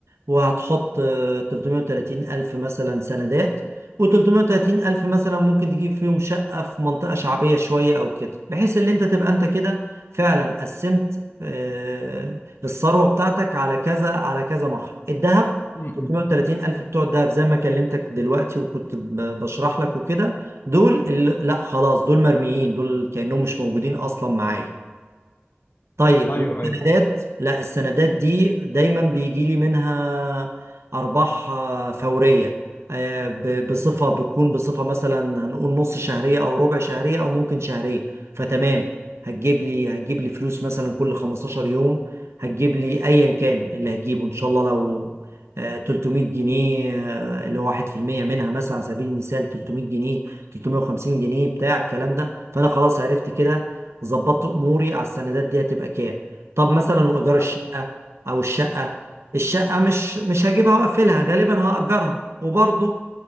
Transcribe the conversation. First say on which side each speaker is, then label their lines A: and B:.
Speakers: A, on the right; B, on the left.
A: وهتحط آه، 330 الف مثلا سندات و330 الف مثلا ممكن تجيب فيهم شقة في منطقة شعبية شوية او كده بحيث ان انت تبقى انت كده فعلا قسمت آه، الثروة بتاعتك على كذا على كذا مخرج الذهب
B: امم
A: 330 ألف بتوع الدهب زي ما كلمتك دلوقتي وكنت ب- بشرح لك وكده دول اللي لا خلاص دول مرميين دول كأنهم مش موجودين أصلا معايا طيب
B: ايوه
A: والسندات
B: ايوه
A: لا السندات دي دايما بيجي لي منها ارباح آه، فوريه آه، ب- بصفه بتكون بصفه مثلا هنقول نص شهريه او ربع شهريه او ممكن شهريه فتمام هتجيب لي هتجيب لي فلوس مثلا كل 15 يوم هتجيب لي ايا كان اللي هتجيبه ان شاء الله لو آه، 300 جنيه آه، اللي هو 1% منها مثلا على سبيل المثال 300 جنيه 350 جنيه بتاع الكلام ده فانا خلاص عرفت كده ظبطت اموري على السندات دي هتبقى كام طب مثلا وايجار الشقه
B: أ-
A: او الشقه الشقه مش مش هجيبها واقفلها غالبا هاجرها وبرضه